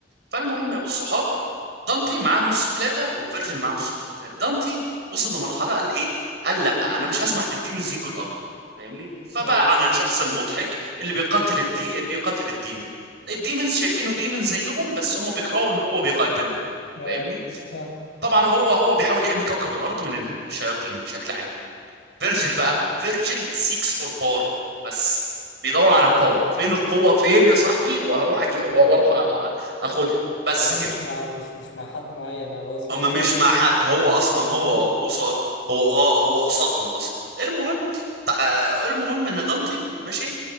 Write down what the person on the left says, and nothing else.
اي
اه
فاهم
اه
يعني هو
مش مع مش مش مع حد معين هو اصل
هو ظهر
في
الانمي
ان
هو شيطان
وكده
اه